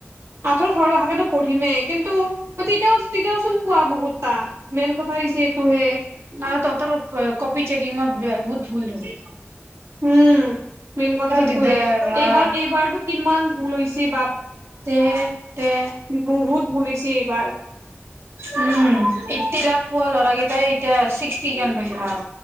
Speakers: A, on the right; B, on the right.
A: আঁঠৰ ঘৰ অহকে টো পঢ়িমেই। কিন্তু তেতিয়াও তেতিয়াও চোন পোৱা বহুত তান মেইন কথা হৈছে এইটোহে
B: ন তহঁতৰ কপি চেকিংত ব্য-বহুত ভুল হ'ল
A: উম মেইন কথা সেইটোয়ে
B: দিগদাৰ অ
A: এইবাৰ, এইবাৰটো কিমান ভুল হৈছে বা
B: তে, তে
A: বহুত ভুল হৈছে এইবাৰ
B: উম এইট্টি আপ পোৱা ল'ৰা কেইটাই এতিয়া ছিক্সটি কিমান পাইছে ভাব